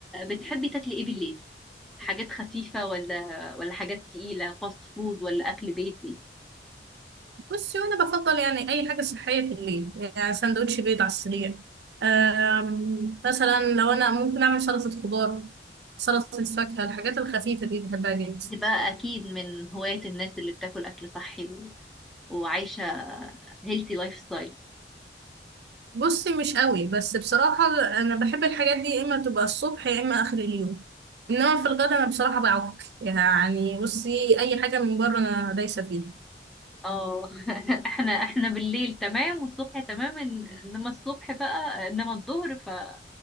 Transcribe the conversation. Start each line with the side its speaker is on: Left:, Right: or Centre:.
Centre: بتحبي تاكلي إيه بالليل؟ حاجات خفيفة ولا ولا حاجات تقيلة فاست فود ولا أكل بيتي؟
Right: بصي وانا بفضل يعني اي حاجه صحيه في الليل يعني سندوتش بيض على السريع أم، مثلا لو انا ممكن اعمل سلطه خضار سلطه فاكهه الحاجات الخفيفه دي بحبها جدا
Centre: دي بقى أكيد من هواية الناس اللي بتاكل أكل صحي و- وعايشة هيلثي لايف ستايل
Right: بصي مش قوي بس بصراحه انا بحب الحاجات دي يا اما تبقى الصبح يا اما اخر اليوم انما في الغدا انا بصراحه بعك يعني بصي اي حاجه من بره انا دايسه فيها
Centre: اه <laughs> احنا احنا بالليل تمام والصبح تمام إن- انما الصبح بقى انما الظهر ف-